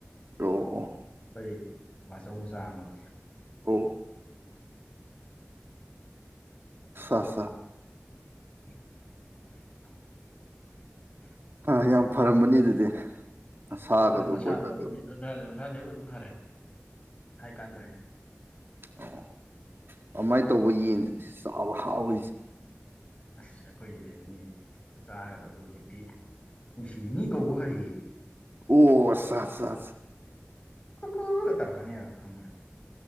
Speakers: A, on the right; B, on the left.
A: ꯑꯣ ꯑꯣ
B: ꯑꯩꯈꯣꯏ ꯃꯆꯧ ꯃꯆꯥ ꯑꯃꯒ
A: ꯑꯣ ꯁꯥ
B: <inaudible>
A: ꯑ ꯌꯥꯝ ꯐꯔꯝꯕꯅꯤ ꯑꯗꯨꯗꯤ ꯁꯥꯒꯗꯣ
B: ꯑꯗꯨꯗꯤ ꯃꯁꯥꯗꯤ
A: ꯕꯣꯏꯂꯔꯗꯣ
B: ꯑꯔꯣꯏꯕꯤ ꯃꯁꯥꯗꯤ ꯑꯩꯔꯣꯏꯕꯤ ꯐꯔꯦ ꯍꯥꯏꯀꯥꯟꯗ꯭ꯔꯦ
A: ꯑꯣ ꯑꯗꯨꯃꯥꯏꯅ ꯇꯧꯕ ꯌꯦꯟꯁꯤꯅꯦ ꯆꯥꯕ ꯍꯥꯎꯔꯤꯁꯦ
B: ꯑꯁ ꯑꯩꯈꯣꯏꯗꯤ ꯑꯗꯨꯅꯤ ꯆꯥꯒꯗꯕꯗꯣ ꯍꯧꯖꯤꯛꯇꯤ ꯅꯨꯡꯁꯤꯌꯦ ꯃꯤ ꯀꯧꯕꯒ ꯍꯩꯌꯦ
A: ꯑꯣ ꯁꯥ ꯁꯥ ꯁꯥ
B: ꯀꯨ ꯀꯨ ꯒ ꯇꯧꯔꯛꯀꯅꯤꯕ ꯈꯪꯕ꯭ꯔꯥ